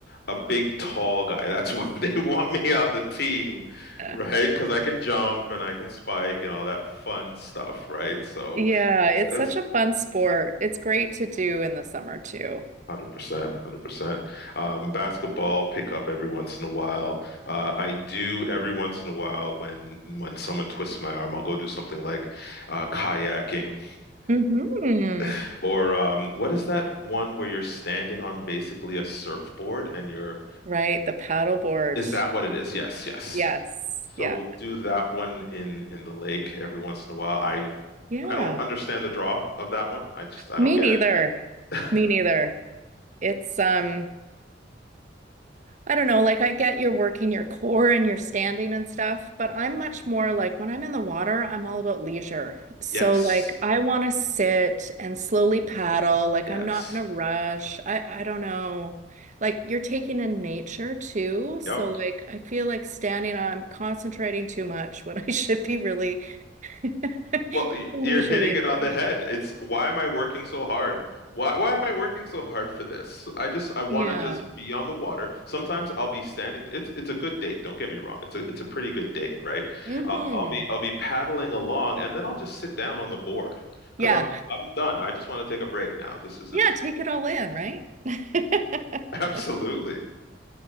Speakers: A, on the left; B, on the right.
A: a big tall guy. That's why <laughs> they want me on the team,
B: <laughs>
A: right? Because I can jump and I can spike and all that fun stuff, right? So
B: Yeah, it's
A: that's
B: such a fun sport. It's great to do in the summer too.
A: 100%, 100%. Um, basketball pick up every once in a while. Uh, I do every once in a while when when someone twists my arm, I'll go do something like uh, kayaking
B: Mm-hmm.
A: <laughs> or um, what is that one where you're standing on basically a surfboard and you're
B: Right, the paddleboard.
A: is that what it is? Yes, yes.
B: Yes.
A: So
B: Yeah.
A: we'll do that one in in the lake every once in a while. I
B: Yeah.
A: I don't understand the draw of that one. I just I
B: Me
A: don't get
B: neither.
A: it. <laughs>
B: Me neither. It's um I don't know, like I get you're working your core and you're standing and stuff, but I'm much more like when I'm in the water, I'm all about leisure. So
A: Yes.
B: like I want to sit and slowly paddle, like
A: Yes.
B: I'm not in a rush. I I don't know. Like you're taking in nature too, so
A: Yep.
B: like I feel like standing I'm concentrating too much when I <laughs> should be really <laughs>
A: Well, y-
B: leisurely
A: you're hitting
B: enjoying.
A: it on the head. It's why am I working so hard? Why why am I working so hard for this? I just I want
B: Yeah.
A: to just be on the water. Sometimes I'll be standing. It's it's a good date. Don't get me wrong. It's a it's a pretty good date, right?
B: hmm
A: I'll I'll be I'll be paddling along, and then I'll just sit down on the board because
B: Yeah.
A: I'm I'm done. I just want to take a break now. This is this
B: Yeah,
A: is
B: take it all in, right? <laughs>
A: <laughs> absolutely.